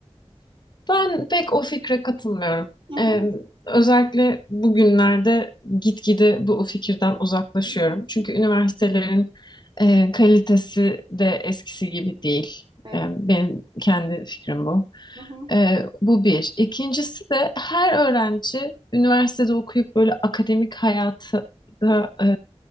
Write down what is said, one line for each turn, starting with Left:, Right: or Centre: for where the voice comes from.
Left: Ben pek o fikre katılmıyorum.
Right: Hı hı.
Left: Ee, özellikle bugünlerde gitgide bu fikirden uzaklaşıyorum.
Right: Hı hı.
Left: Çünkü üniversitelerin e, kalitesi de eskisi gibi değil.
Right: Evet.
Left: Ee, benim kendi fikrim bu.
Right: Hı hı.
Left: Ee, bu bir. İkincisi de her öğrenci üniversitede okuyup böyle akademik hayatı da,
Right: Hı
Left: e,